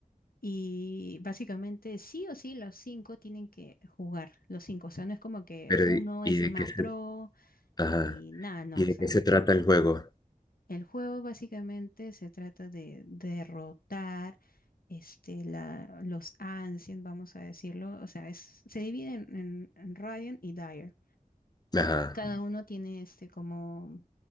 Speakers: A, on the left; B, on the left.
A: Y básicamente sí o sí los cinco tienen que jugar, los cinco. O sea, no es como que
B: Pero,
A: uno
B: ¿y y
A: es
B: de
A: el más
B: qué se,
A: pro
B: ajá.
A: y nada, no.
B: ¿Y
A: O
B: de
A: sea,
B: qué se trata el juego?
A: el juego básicamente se trata de derrotar este, la, los Ancients, vamos a decirlo. O sea, es, se dividen en, en Radiant y Dire.
B: Ajá.
A: Cada uno tiene este como,